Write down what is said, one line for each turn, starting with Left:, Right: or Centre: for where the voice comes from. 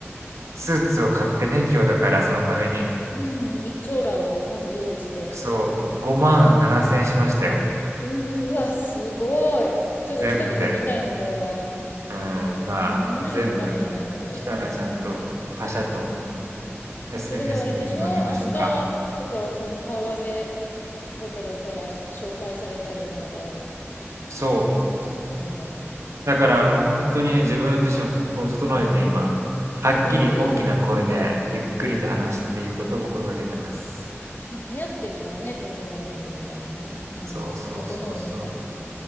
Right: スーツを買ってね、今日だから、そのために。
Left: うんうん。一張羅をまず用意して。
Right: そう、5万7千円しましたよ。
Left: うん。うーわ、すごい。ちょっと着たとこ見たいね、
Right: 全部で。
Left: これは。
Right: うん、まあ、
Left: 見ないとダメじゃないの、
Right: 全部
Left: これは。
Right: 来たらちゃんと、パシャと
Left: うん。
Right: SNS
Left: それであれでしょ明日
Right: にでもあげましょうか。
Left: とか、その顔合わせだったら、じゃあ、紹介されたりなんか
Right: そう。
Left: し、ししながら。
Right: だから、本当にね、
Left: うん
Right: 自分自身をとを整えて今、はっきり大きな声で、
Left: 整えるがは、
Right: ゆっくりと話すっていうことを心がけてます。
Left: うん。まあ、流行ってるからね、整えるみたいなね。うん。
Right: そうそうそうそう。
Left: 整うみたいな。